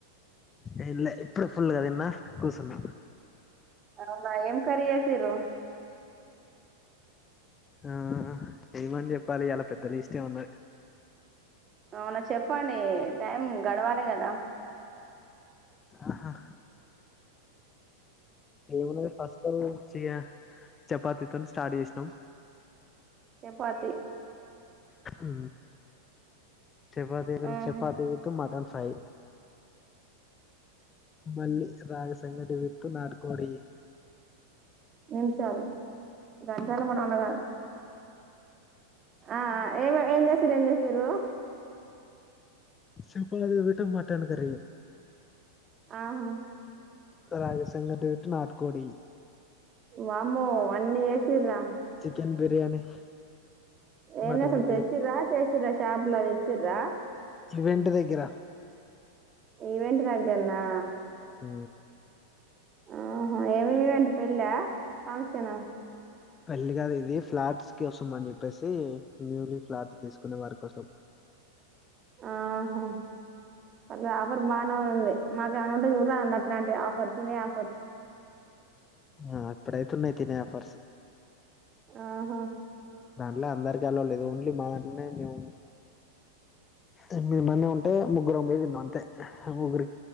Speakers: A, on the left; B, on the right.
A: ఏంలే ఇప్పుడే ఫుల్ గ దిన్న కూసున్న
B: అవునా ఏం కర్రీ చేసిండ్రు
A: ఆ ఏమని చెప్పాలి ఇయాల పెద్ద లిస్ట్ ఉన్నది
B: అవునా చెప్పండి టైం గడవాలే కదా
A: ఆహా ఏమున్నది ఫస్ట్ చెయ్య చపాతి తోని స్టార్ట్ చేసినాం
B: చపాతి
A: ఉ చపాతి తింటున్న
B: ఆహా
A: చపాతి విత్ మటన్ ఫ్రై మళ్ళీ రాగి సంఘటి విత్ నాటు కోడి
B: నిమిషాలు గంటలు మన అన్నగారు ఆ ఏమ ఏం చేస్తురు ఏం చేస్తురు
A: సింపుల్ గా <unintelligible> మటన్ కరీ
B: ఆహా
A: రాగి సంగటి విత్ నాటు కోడి
B: వామ్మో అన్నీ జేసిండ్రా
A: చికెన్ బిర్యానీ
B: ఏంది
A: మటన్
B: అసలు
A: బిర్యానీ
B: తెచ్చిండ్రా చేస్ తెచ్చిండ్రా షాప్ ల తెచ్చిండ్రా
A: ఇవెంట్ దగ్గర
B: ఈవెంట్ దగ్గరన్నా
A: ఉ
B: ఆహా ఏమి ఈవెంట్ పెళ్ళ ఫంక్షన్ హ
A: పెళ్లి కాదు ఇది ఫ్లాట్స్ కి కోసం అని చెప్పేసి న్యూలీ ఫ్లాట్ తీసుకునే వారి కోసం
B: ఆహా అగ ఆఫర్ బానే ఉంది మాకు ఏమనా ఉంటే చూడ్ రాడండి అట్లాంటి ఆఫర్ తినే ఆఫర్
A: ఆ అప్పుడైతున్నాయి తినే ఆఫర్స్
B: ఆహా
A: దాంట్లో అందరికి అలో లేదు ఓన్లీ మా దాంట్లోనే మేము తొమ్మిది మంది ఉంటే ముగ్గురం పోయి తిన్నాము అంతే ముగ్గుర్